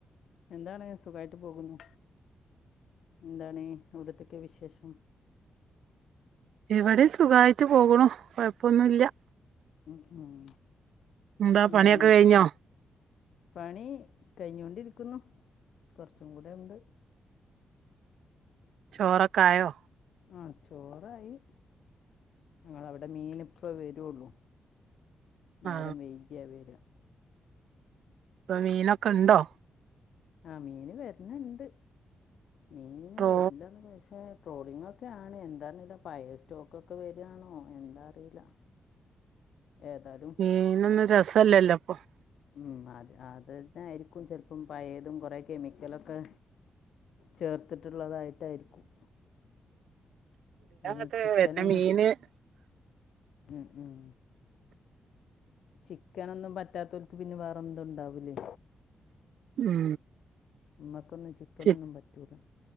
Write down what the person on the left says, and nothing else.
എന്താണ് സൊഖായിട്ട് പോകുന്നു എന്താണ് അവിടുത്തൊക്കെ വിശേഷം
ഉം ഉം.
എന്താണ്
പണി കഴിഞ്ഞൊണ്ടിരിക്കുന്നു <inaudible>
ആ ചോറായി ങ്ങളവിടെ മീനിപ്പ വരുള്ളു നേരം
വൈകിയ വര
ആ മീന് വരണണ്ട് മീൻ
വരില്ലെന്ന് <inaudible> ട്രോളിംഗ്ക്കെയാണ് എന്താ അറിഞ്ഞിട്ടാ പഴയ സ്റ്റോക്കൊക്കെ വരിയാണോ എന്താ അറിയില്ല ഏതായാലും
ഉ അത് അതെ ന്നായിരിക്കും ചിലപ്പം പയതും കുറേ കെമിക്കലൊക്കെ ചേർത്തിട്ടുള്ളതായിട്ടായിരിക്കും-
ഇനി ചിക്കനൊന്നും ഉം ഉം ചിക്കനൊന്നും പറ്റാത്തോക്ക് പിന്നെ വേറെ എന്തുണ്ടാവൂലേ
ഉം ചിക്കനൊന്നും
പറ്റൂല്ല